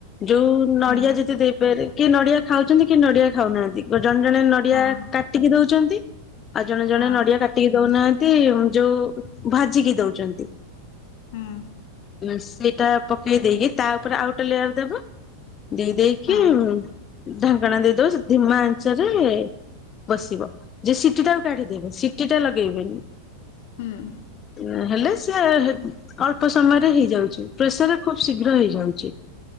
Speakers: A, on the left; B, on the left.
A: ଯୋଉଁ ନଡିଆ
B: ହୁଁ
A: ଯଦି ଦେଇପାରେ କି ନଡିଆ ଖାଉଛନ୍ତି କି ନଡିଆ ଖାଉନାହାନ୍ତି ଜଣେ ଜଣେ ନଡିଆ
B: ହଁ
A: କା କାଟିକି ଦୋଉଛନ୍ତି, ଆଉ ଜଣେ ଜଣେ
B: ହଁ।
A: ନଡିଆ କାଟି ଦଉନାହାନ୍ତି ଯୋଉ ଭାଜିକି ଦଉଚନ୍ତି।
B: ହୁଁ।
A: ସେଇଟା ପକେଇ ଦେଇକି ତା ଉପରେ ଆଉ ଗୋଟେ ଲେୟାର ଦେବ ଦେଇ ଦେଇକି
B: ହଁ
A: ଢାଙ୍କଣା ଦେଇଦବ ଧିମା ଆଞ୍ଚ ରେ ବସିବ, ଯେ ସିଟି ଟାକୁ କାଢିଦବେ ସିଟି ଟା ଲଗେଇବେନି।
B: ହୁଁ।
A: ନ ହେଲେ ସେ ଅଳ୍ପ ସମୟରେ ହେଇଯାଉଚି ପ୍ରେସର୍ ରେ ଖୁବ ଶୀଘ୍ର ହେଇଯାଉଚି,